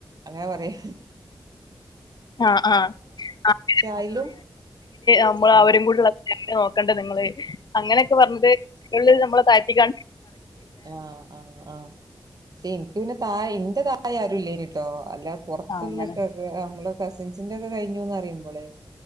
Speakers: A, on the right; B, on the left.
A: അങ്ങനെ പറയു.
B: ആ ആ <unintelligible>
A: അയിലും
B: നമ്മൾ
A: ആഹ്
B: അവരും കൂടെള്ള <unintelligible> കണ്ട നിങ്ങള് അങ്ങനൊക്കെ പറഞ്ഞത് ഉള്ളിൽ നമ്മള് താഴ്ത്തിക്കാ
A: ആ ആ ആ ഷേ എനിക്ക് പിന്നെ തായെ ന്റെ തായെ <unintelligible> ട്ടോ അല്ല പുറത്ത്ന്നൊക്കെ
B: ആഹ് അങ്ങനെ
A: <unintelligible> നമ്മള് കസിൻസിന്റെ ഒക്കെ കഴിഞ്ഞൂന്ന് അറിയുമ്പളെ